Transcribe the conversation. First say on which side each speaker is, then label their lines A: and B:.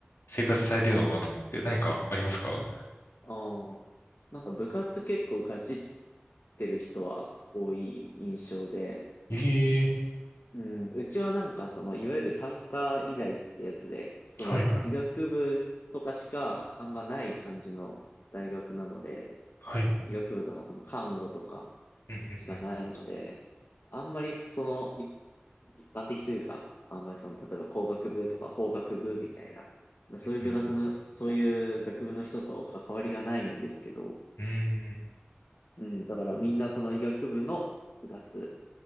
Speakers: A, on the left (about 80°); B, on the left (about 65°).
A: 生活されてるのかなと思って、何かありますか
B: ああ。なんか部活結構ガチってる人は多い印象で、
A: ええ
B: うん、うちはなんかその、いわゆる単科医大ってやつで、その、
A: はいはい。
B: 医学部とかしかあんまない感じの大学なので、
A: はい。
B: 医学部とかその看護とか
A: うんうん
B: しかないので、あんまりその、い一般的というか、あんまりその、例えば工学部とか法学部みたいな、そういう部活の、
A: うん
B: そういう学部の人と関わりがないんですけど、
A: うん。うーん。
B: うん、だからみんなその医学部の部活